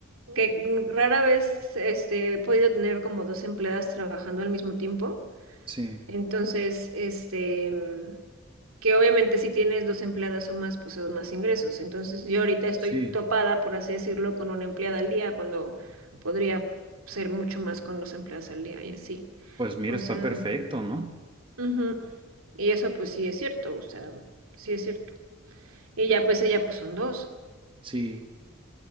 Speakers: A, on the right; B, on the right.
A: que rara vez este, he podido tener como dos empleadas trabajando al mismo tiempo.
B: Sí,
A: Entonces, este, mm, que obviamente si tienes dos empleadas o más, pues son más ingresos. Entonces, yo ahorita estoy
B: sí,
A: topada, por así decirlo, con una empleada al día, cuando podría ser mucho más con dos empleadas al día y así.
B: pues mira,
A: O
B: está
A: sea,
B: perfecto, ¿no?
A: ujú. Y eso pues sí es cierto, o sea, sí es cierto. Y ya pues ella pues son dos.
B: Sí,